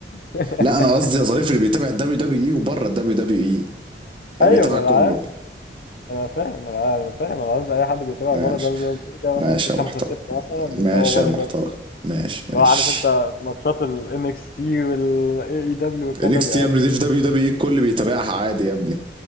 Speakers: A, on the left; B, on the right.
A: <laughs>
B: لا انا قصدي يا ظريف اللي بيتابع الدبليو دبليو اي وبره الدبليو دبليو اي يعني
A: أيوة
B: بيتابع
A: ما
B: كله
A: أنا عارف أنا فاهم أنا عارف- أنا فاهم أنا قصدي أي حد بيتابع
B: ماشي
A: بره ال WWE ده مثلا
B: ماشي
A: في خمسة
B: يا محترم
A: ستة مثلا بيتابعوا
B: ماشي يا
A: بره
B: محترم
A: ال WWE
B: ماشي ماشي
A: لو عارف أنت ماتشات ال NXT وال AEW والكلام
B: انكس
A: ده بيبقى
B: تي يا ابني
A: فيه
B: دي في دبليو دبليو اي الكل بيتابعها عادي يا ابني